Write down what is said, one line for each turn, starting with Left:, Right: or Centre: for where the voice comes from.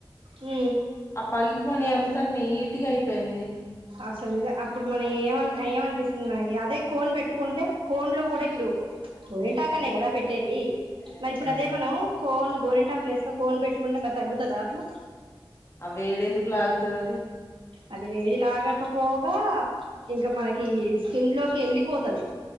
Right: ఉ ఉ
Left: ఆ పగిలి పని
Right: ఏ
Left: అంతా నీటిగా అయిపోయింది
Right: అసలు ఇద అప్పుడు మన ఏమ ఆన్ల ఏ అనిపిస్తుంది మనకి అదే కోన్ పెట్టుకుంటే కోన్ లో
Left: ఛీ
Right: కూడా ఇప్పుడు గోరింటాకనే కదా పెట్ ట్టేది
Left: ఏ,
Right: మరి ఇప్పుడు అదే మనం కోన్ గోరిెంటా ప్లేస్ లో కోన్ పెట్టుకుంటే మరి తగ్గుతుందా అట్లా
Left: అ వేడేందుకు లాగుతుద అది
Right: అది వేడి లాగాకపోగా ఇంకా మనకి స్కిన్ లోకి వెళ్ళలిపోతది